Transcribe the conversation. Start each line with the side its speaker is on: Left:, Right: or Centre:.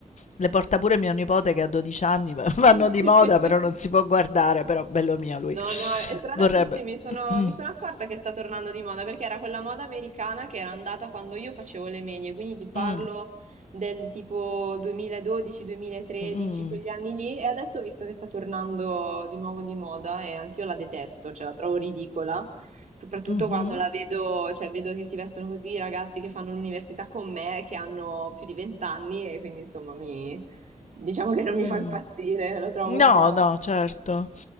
Left: le porta pure mio nipote che ha 12 anni, ma <laughs> vanno
Right: <laughs>
Left: di moda, però non si può guardare, però bello mio lui.
Right: No, no, e tra
Left: Vorrebbe.
Right: l'altro sì, mi sono,
Left: <clears throat>
Right: mi sono accorta che sta tornando di moda perché era quella moda americana che era andata quando io facevo le medie, quindi ti parlo
Left: Mm,
Right: del tipo 2012-2013,
Left: mm,
Right: quegli anni lì, e adesso ho visto che sta tornando di nuovo di moda e anch'io la detesto, cioè la trovo ridicola, soprattutto
Left: mhm,
Right: quando la vedo, cioè vedo che si vestono così i ragazzi che fanno l'università con me, che hanno più di 20 anni e quindi insomma mi, diciamo che non mi
Left: mm.
Right: fa impazzire, lo trovo
Left: No,
Right: un po'...
Left: no, certo.